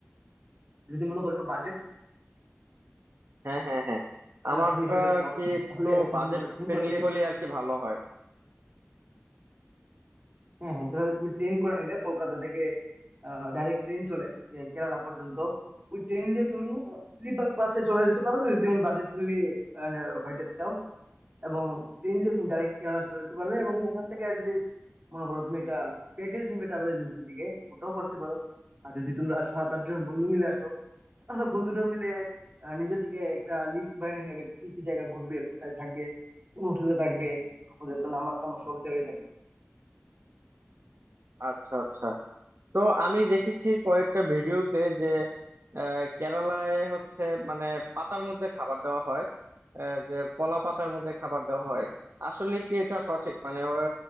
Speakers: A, on the right; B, on the right.
A: যদি মনে করো একটু বাজেট
B: হ্যাঁ হ্যাঁ হ্যাঁ আমারটা
A: ফ্রেন্ড হিসেবে যেতে
B: আর
A: চাও
B: কি একটু
A: তাহলে তুমি
B: বাজেট
A: মনে করো ট্রেন
B: ফ্রেন্ডলি
A: করে নিলে।
B: হলে আর কি ভালো হয়
A: হ্যাঁ হ্যাঁ তাহলে তুমি ট্রেন করে নিলে কলকাতা থেকে ডাইরেক্ট ট্রেন চলে আহ, কেরালা পর্যন্ত ওই ট্রেন দিয়ে তুমি স্লিপার ক্লাসে চলে যেতে পারো যদি তুমি বাজেট ফ্রেন্ডলি হয়ে যেতে চাও এবং ট্রেন দিয়ে তুমি ডাইরেক্ট কেরালা চলে যেতে পারবে এবং ওখান থেকে যদি মনে করো তুমি এটা প্যাকেজ নিবে ট্রাভেল এজেন্সি থেকে ওটাও করতে পারো আর যদি তোমরা সাত আট জন বন্ধু মিলে আসো তাহলে বন্ধুরা মিলে আহ, নিজে থেকে একটা লিস্ট বানিয়ে নেবে কি কি জায়গা ঘুরবে কোথায় থাকবে কোন হোটেলে থাকবে ওদের তো নাম্বার টাম্বার সব দেওয়াই থাকে
B: আচ্ছা আচ্ছা তো আমি দেখেছি কয়েকটা ভিডিওতে যে আহ, কেরালায় হচ্ছে মানে পাতার মধ্যে খাবার দেওয়া হয় আহ, যে কলা পাতার মধ্যে খাবার দেওয়া হয় আসলে কি এটা সঠিক মানে ওরা